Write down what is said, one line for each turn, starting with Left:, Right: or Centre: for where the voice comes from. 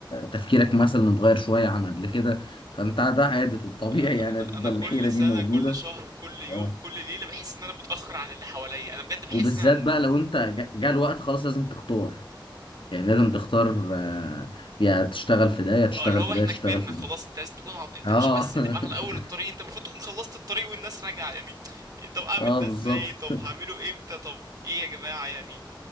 Left: تفكيرك مثلا اتغير شويه عن قبل كده فانت ده عادي طبيعي
Right: انا
Left: يعني
Right: انا
Left: هتفضل
Right: انا كل
Left: الحيره دي
Right: سنة
Left: موجوده
Right: كل شهر كل يوم
Left: آه.
Right: كل ليلة بحس ان انا متأخر عن اللي حواليا انا بجد بحس
Left: وبالذات
Right: ان عن
Left: بقى لو انت جا- جه الوقت خلاص لازم تختار
Right: مهم.
Left: يعني لازم تختار آه، يا تشتغل في ده يا تشتغل
Right: اه اللي هو
Left: في
Right: احنا
Left: ده يا تشتغل
Right: كبرنا
Left: في
Right: خلاص
Left: ده
Right: انت لازم تكون عض... انت مش
Left: اه
Right: بس تبقى
Left: <laughs>
Right: على اول الطريق انت المفروض تكون خلصت الطريق والناس راجعه يعني طب اعمل
Left: اه
Right: ده
Left: بالظبط
Right: ازاي طب
Left: <laughs>
Right: هعمله امتى طب ايه يا جماعه يعني